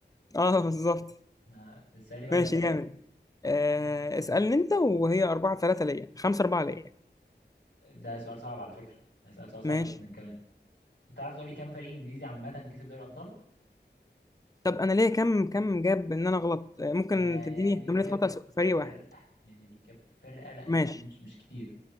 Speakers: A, on the left (about 20°); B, on the left (about 75°).
A: <laughs> اه بالظبط
B: آه، اسالي بقى
A: ماشي
B: ولا اسالك
A: جامد آه اسألني انت وهي 4 3 ليا 5 4 ليا
B: ده سؤال صعب على فكره هسالك سؤال صعب
A: ماشي
B: جدا كمان تعرف تقولي كام فريق انجليزي عامه كسب دوري الابطال
A: طب انا ليا كم كم جاب ان انا غلط آه ممكن
B: آه يعني
A: تديني
B: ليه
A: احتمالية
B: جاب
A: خطأ س- فريق
B: فرقه
A: واحد
B: يعني ليه جاب فرقه لان
A: ماشي
B: هم مش مش كتير